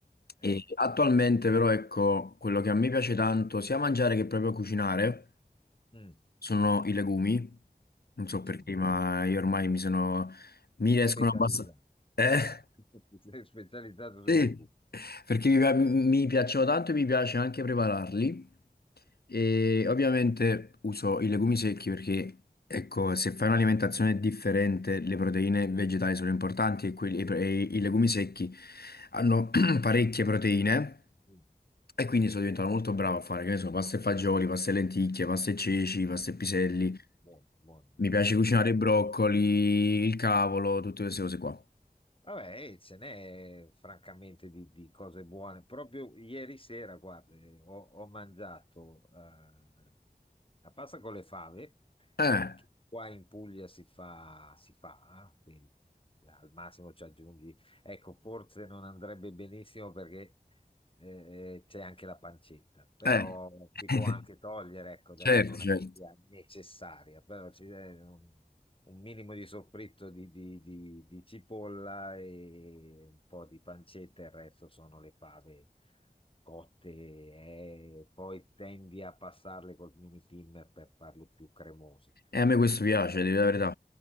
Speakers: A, on the left; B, on the left.
A: E
B: Eh,
A: attualmente però ecco, quello che a me piace tanto sia mangiare che proprio cucinare
B: mm,
A: sono i legumi, non so perché,
B: sì,
A: ma io ormai mi sono... mi riescono
B: specializzato.
A: abbastanza... Eh?
B: <laughs> Sei specializzato sui
A: Sì,
B: legumi.
A: perché mi, pi- mi piacciono tanto e mi piace anche prepararli. E ovviamente uso i legumi secchi perché, ecco, se fai un'alimentazione differente, le proteine vegetali sono importanti e, quelli- e i pre- e
B: Mm,
A: i legumi secchi hanno <clears throat> parecchie proteine.
B: mm,
A: E quindi sono diventato molto bravo a fare, che ne so, pasta e fagioli, pasta e lenticchie, pasta e ceci, pasta e piselli.
B: mm. Buono, buono, buono.
A: Mi piace cucinare
B: Vabbè,
A: i broccoli, il cavolo, tutte queste cose qua.
B: Vabbè, eh, ce n'è francamente di, di cose buone. Proprio ieri sera, guarda, eh, ho, ho mangiato eh, la pasta con le fave,
A: Eh,
B: che qua in Puglia si fa, si fa, eh, quindi eh, al massimo ci aggiungi. Ecco, forse non andrebbe benissimo perché eh, eh, c'è anche la pancetta, però
A: eh.
B: si
A: <laughs>
B: può anche togliere, ecco, adesso
A: Certo,
B: non
A: certo.
B: è che sia necessaria, però ci, eh, non- un minimo di soffritto di, di- di- di cipolla e un po' di pancetta, il resto sono le fave cotte e poi tendi a passarle col mini thinner per farle più cremose
A: E a me questo piace, devo dire la verità.